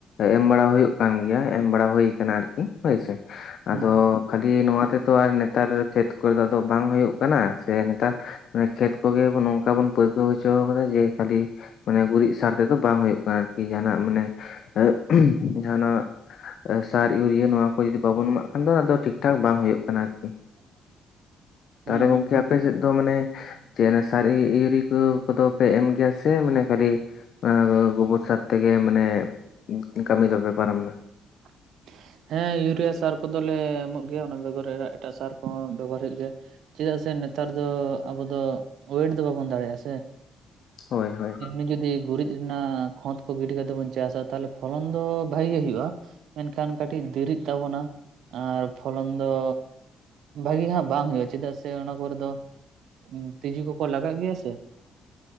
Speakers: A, on the left; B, on the right.
A: ᱮᱢ ᱵᱟᱲᱟ ᱦᱩᱭᱩᱜ ᱠᱟᱱ ᱜᱮᱭᱟ, ᱮᱢ ᱵᱟᱲᱟ ᱦᱩᱭ ᱟᱠᱟᱱᱟ ᱟᱨᱠᱤ ᱦᱳᱭ ᱥᱮ ᱾ ᱟᱫᱚ
B: ᱦᱩᱸ
A: ᱠᱷᱟᱹᱞᱤ ᱱᱚᱣᱟ ᱛᱮ ᱛᱚ ᱟᱨ ᱱᱮᱛᱟᱨ ᱠᱷᱮᱛ ᱠᱚᱨᱮ ᱫᱚ ᱟᱫᱚ ᱵᱟᱝ ᱦᱩᱭᱩᱜ ᱠᱟᱱᱟ ᱾ ᱥᱮ ᱱᱮᱛᱟᱨᱼᱼ ᱢᱟᱱᱮ ᱠᱷᱮᱛ ᱠᱚᱜᱮ ᱱᱚᱝᱠᱟ ᱵᱚᱱ ᱯᱟ. ᱨᱼᱼ ᱠᱟᱹᱣ ᱦᱚᱪᱚᱣ ᱠᱟᱫᱟ ᱡᱮ ᱠᱷᱟᱹᱞᱤ ᱢᱟᱱᱮ ᱜᱩᱨᱤᱡ ᱥᱟᱨ ᱛᱮᱫᱚ ᱵᱟᱝ ᱦᱩᱭᱩᱜ ᱠᱟᱱᱟ ᱟᱨᱠᱤ ᱡᱟᱦᱟᱱᱟᱜ ᱢᱟᱱᱮ ᱾ <unintelligible> ᱡᱟᱦᱟᱸ ᱱᱟᱸᱜᱼᱼ ᱥᱟᱨ ᱤᱭᱩᱨᱤᱭᱟᱹ ᱱᱚᱣᱟ ᱠᱚ ᱡᱚᱫᱤ ᱵᱟᱵᱚᱱ ᱮᱢᱟᱜ ᱠᱷᱟᱱ ᱫᱚ ᱚᱱᱟ ᱫᱚ ᱴᱷᱤᱠᱴᱷᱟᱠ ᱵᱟᱝ ᱦᱩᱭᱩᱜ ᱠᱟᱱᱟ ᱟᱨᱠᱤ
B: <inaudible>
A: ᱛᱟᱦᱚᱞᱮ ᱜᱚᱝᱠᱮ
B: ᱦᱩᱸ ᱦᱩᱸ
A: ᱟᱯᱮ ᱥᱮᱫ ᱫᱚ ᱢᱟᱱᱮ ᱪᱮᱫ ᱚᱱᱟ ᱥᱟᱨᱤ ᱤᱭᱩᱨᱤ ᱠᱚ ᱠᱚᱫᱚ ᱯᱮ ᱮᱢ ᱜᱮᱭᱟ ᱥᱮ ᱢᱟᱱᱮ ᱠᱷᱟᱹᱞᱤ ᱚᱱᱟ ᱫᱚ ᱜᱳᱵᱚᱨ ᱥᱟᱨ ᱛᱮᱜᱮ ᱢᱟᱱᱮ ᱠᱟᱹᱢᱤ ᱫᱚ ᱯᱮ ᱯᱟᱨᱚᱢ ᱮᱫᱟ᱾
B: <inaudible> ᱦᱮᱸ ᱤᱭᱩᱨᱤᱭᱟ ᱥᱟᱨ ᱠᱚᱫᱚ ᱞᱮ ᱮᱢᱚᱜ ᱜᱮᱭᱟ ᱚᱱᱟ ᱵᱮᱜᱚᱨ ᱮᱨᱟᱜ ᱮᱴᱟᱜ ᱥᱟᱨ ᱠᱚᱦᱚᱸ ᱵᱮᱵᱚᱦᱟᱨ ᱦᱩᱭᱩᱜ ᱜᱮᱭᱟ᱾ ᱪᱮᱫᱟᱜ ᱥᱮ ᱱᱮᱛᱟᱨ ᱫᱚ ᱟᱵᱚ ᱫᱚ ᱳᱭᱮᱴ ᱫᱚ ᱵᱟᱵᱚᱱ ᱫᱟᱲᱮᱭᱟᱜᱼᱟ ᱥᱮ
A: ᱦᱳᱭ ᱦᱳᱭ
B: ᱮᱢᱱᱤ ᱡᱩᱫᱤ ᱜᱩᱨᱤᱡ ᱨᱮᱱᱟᱜ ᱠᱷᱚᱛ ᱠᱚ ᱜᱤᱰᱤ ᱠᱟᱛᱮ ᱵᱚᱱ ᱪᱟᱥᱟ ᱛᱟᱦᱚᱞᱮ ᱯᱷᱚᱞᱚᱱ ᱫᱚ ᱵᱷᱟᱜᱤ ᱜᱮ ᱦᱩᱭᱩᱜᱼᱟ᱾ ᱢᱮᱱᱠᱷᱟᱱ ᱠᱟᱹᱴᱤᱡ ᱫᱤᱨᱤᱜ ᱛᱟᱵᱚᱱᱟ ᱟᱨ ᱯᱷᱚᱞᱚᱱ ᱫᱚ ᱵᱷᱟᱜᱤ ᱦᱟᱸᱜ ᱵᱟᱝ ᱦᱩᱭᱩᱜᱼᱟ ᱪᱮᱫᱟᱜ ᱥᱮ ᱚᱱᱟ ᱠᱚᱨᱮ ᱫᱚ ᱛᱤᱡᱩ ᱠᱚᱠᱚ ᱞᱟᱜᱟᱜ ᱜᱮᱭᱟ ᱥᱮ